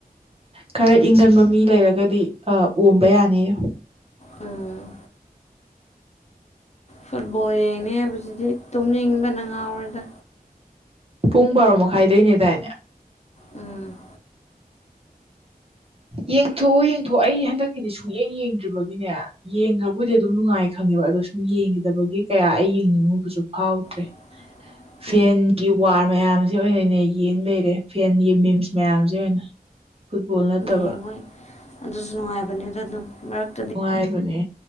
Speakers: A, on the right (about 40°); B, on the left (about 45°).
A: ꯈꯔ ꯏꯪꯒꯟꯕ ꯃꯤ ꯂꯩꯔꯒꯗꯤ ꯑ ꯑꯣꯝꯕ ꯌꯥꯅꯤꯌꯣ
B: ꯎꯝ ꯐꯨꯠꯕꯣꯜ ꯌꯦꯡꯅꯤ ꯍꯥꯏꯕꯁꯤꯗꯤ ꯇꯨꯝꯅꯤꯡꯕꯅ ꯉꯥꯎꯔꯦꯗ
A: ꯄꯨꯡ ꯕꯥꯔꯣ ꯃꯈꯥꯏꯗꯩꯅꯦꯗꯥꯏꯅꯦ
B: ꯎꯝ
A: ꯌꯦꯡꯊꯣꯛꯎ ꯌꯦꯡꯊꯣꯛꯑꯣ ꯑꯩ ꯍꯟꯗꯛꯀꯤꯗꯤ ꯁꯨꯌꯦꯡ ꯌꯦꯡꯗ꯭ꯔꯤꯕꯒꯤꯅꯦ ꯌꯦꯡꯈ꯭ꯔꯕꯨꯗꯤ ꯑꯗꯨꯝ ꯅꯨꯡꯉꯥꯏ ꯈꯪꯉꯦꯕ ꯑꯗꯣ ꯁꯨꯝ ꯌꯦꯡꯈꯤꯗꯕꯒꯤ ꯑꯩ ꯌꯦꯡꯅꯤꯡꯉꯨꯕꯁꯨ ꯐꯥꯎꯗ꯭ꯔꯦ
B: <inaudible>
A: ꯐꯦꯟꯒꯤ ꯋꯥꯔ ꯃꯌꯥꯝꯁꯦ ꯑꯣꯏꯅꯅꯦ ꯌꯦꯡ ꯂꯩꯔꯦ ꯐꯦꯟꯒꯤ ꯃꯤꯝꯁ ꯃꯌꯥꯝꯁꯦ ꯐꯨꯠꯕꯣꯜ ꯅꯠꯇꯕ
B: ꯌꯦꯡꯉꯣꯏ ꯑꯗꯨꯁꯨ ꯅꯨꯡꯉꯥꯏꯕꯅꯤꯗ ꯑꯗꯨꯝ ꯃꯔꯛ
A: ꯅꯨꯡꯉꯥꯏꯕꯅꯦ